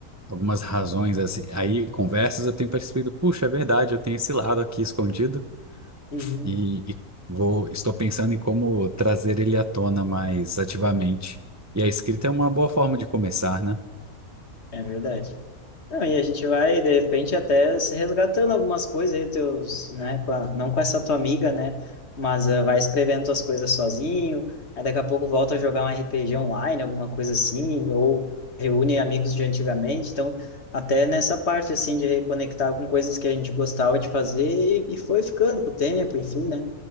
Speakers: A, on the right; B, on the left.
A: algumas razões assim, aí conversas eu tenho percebido, puxa, é verdade, eu tenho esse lado aqui escondido.
B: Uhum.
A: e, e vou, estou pensando em como trazer ele à tona mais ativamente. E a escrita é uma boa forma de começar, né?
B: É verdade. Não, e a gente vai, de repente, até se resgatando algumas coisas aí, teus, né, com a- não com essa tua amiga, né, mas eh, vai escrevendo tuas coisas sozinho, aí daqui a pouco volta a jogar um RPG online, alguma coisa assim, ou reúne amigos de antigamente, então, até nessa parte, assim, de reconectar com coisas que a gente gostava de fazer e, e foi ficando com o tempo, enfim, né,